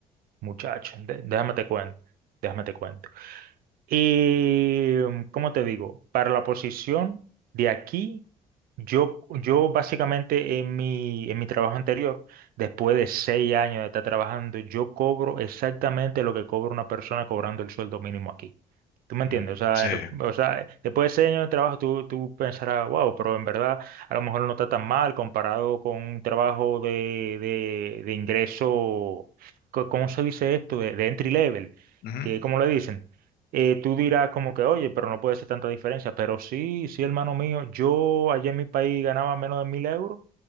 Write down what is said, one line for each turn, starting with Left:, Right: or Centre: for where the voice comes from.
Right: Muchacho, de- déjame te cuento, déjame te cuento. Y, mm, ¿cómo te digo? Para la posición de aquí, yo, yo básicamente en mi, en mi trabajo anterior, después de seis años de estar trabajando, yo cobro exactamente lo que cobra una persona cobrando el sueldo mínimo aquí. ¿Tú me entiendes?
Left: Mm,
Right: O sea,
Left: Sí.
Right: en re- o sea, después de seis años de trabajo, tú, tú pensarás, wow, pero en verdad a lo mejor no está tan mal comparado con un trabajo de, de, de ingreso, co- ¿cómo se dice esto? De, de entry level,
Left: Ujú,
Right: que como le dicen eh, tú dirás como que, oye, pero no puede ser tanta diferencia. Pero sí, sí, hermano mío, yo allá en mi país ganaba menos de mil euros